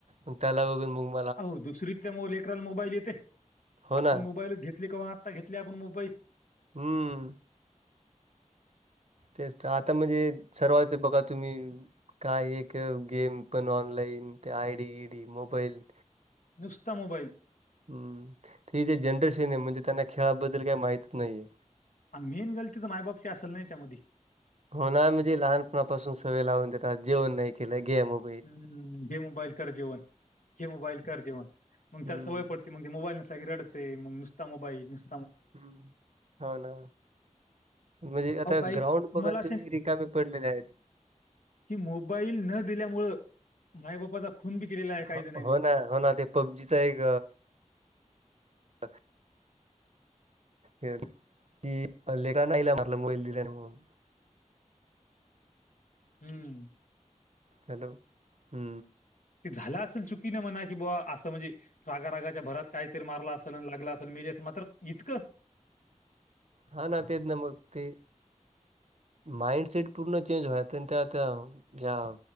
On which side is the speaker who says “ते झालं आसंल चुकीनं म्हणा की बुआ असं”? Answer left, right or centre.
Left